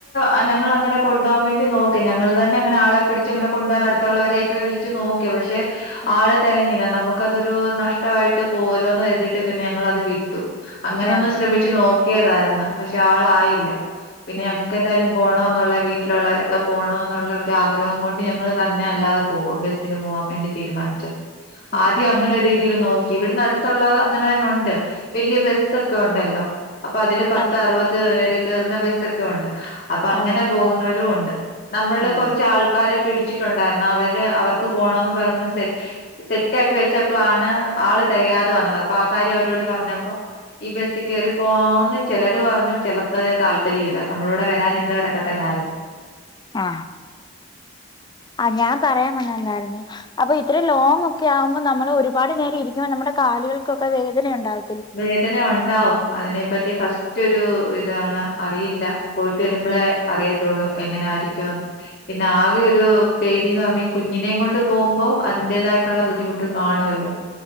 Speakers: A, on the left (about 40°); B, on the left (about 20°).
A: ആ ഞങ്ങളങ്ങനെ കൊണ്ടോവാൻ വേണ്ടി നോക്കി. ഞങ്ങള് തന്നെ അങ്ങനെ ആളെ പിടിച്ച് അടുത്തുള്ളവരെയാക്കെ വിളിച്ച് നോക്കി പക്ഷെ
B: ഉം
A: ആളെ തികഞ്ഞില്ലാ നമുക്കതൊരു നഷ്ടമായിട്ട് പോവൊല്ലോന്ന് കരുതീട്ട് പിന്നെ ഞങ്ങളത് വിട്ടു അങ്ങനൊന്ന്
B: വേണ്ട
A: ശ്രമിച്ചു
B: വെച്ച
A: നോക്കിയതായിരുന്നു പക്ഷെ ആളായില്ല
B: ഉം
A: പിന്നെ
B: ഉം
A: ഞങ്ങക്ക് എന്തായാലും പോ ണോന്നുള്ള വീട്ടിലുള്ളവരൊക്കെ പോണോന്നുള്ള ഒരു ആഗ്രഹം കൊണ്ട് ഞങ്ങള് തന്നെ അല്ലാതെ പോകും ബസി ന് പോവാൻ വേണ്ടി
B: ഉം
A: തീരുമാനിച്ചു.
B: ഉം
A: ആദ്യം
B: ഉം
A: അങ്ങനെ ഒരു രീതിയില് നോ ക്കി. ഇവിടുന്ന് അടുത്തുള്ളത് അങ്ങനെ തന്നെ ഒണ്ട് വലിയ ബസ്സൊക്കെ ഉണ്ടല്ലോ അപ്പൊ അതില് പത്ത്
B: അതെ
A: അറുപത് പേര് കേറുന്ന ബസ്സൊക്കെ ഉണ്ട് അപ്പൊ അങ്ങനെ
B: അതെ
A: പോകുന്നവരും ഉൻ നമ്മള്
B: ഉം
A: കുറച്ച് ആൾക്കാരെ പിടിച്ചിട്ടുണ്ടായിരുന്നു. അവര് അവർക്ക് പോണോന്ന് പറഞ്ഞ് സെറ്റ് സെറ്റാക്കി വെച്ചപ്പളാണ് ആള് തികയാതെ വന്നത് അപ്പൊ ആ കാര്യം അവരോട് പറഞ്ഞപ്പോ ഈ ബസ്സി കയറി പോവാന്ന് ചെലര് പറഞ്ഞു ചിലർ ക്കതിന് താല്പര്യവില്ലാ. നമ്മളൂടെ വരാനിരുന്നവരൊക്കെ തന്നായിരുന്നു
B: ആ ആ ഞാൻ പറയാൻ വന്നത് എന്തായിരുന്നൂ അപ്പൊ ഇത്ര ലോങ് ഒക്കെ ആകുമ്പോ നമ്മള് ഒരുപാട് നേരം ഇരിക്കുമ്പോ നമ്മുടെ കാലുകൾക്കൊക്കെ വേദന ഇണ്ടാവു
A: വേദന ഒണ്ടാവും അതിനെപ്പറ്റി ഫസ്റ്റ് ഒരു ഇതാണ് അറിയില്ലാ പോയിട്ട് വരുമ്പളേ
B: ഉം ആ
A: അറിയത്തുള്ളൂ എങ്ങനെ ആയിരിക്കുമെന്ന് പിന്നെ ആകെ ഒരു പേടീന്ന് പറഞ്ഞാ ഈ കു ഞ്ഞിനേയും കൊണ്ട് പോകുമ്പോ അതിന്റേതായിട്ടുള്ള ബുദ്ധിമുട്ട് കാണുവല്ലോ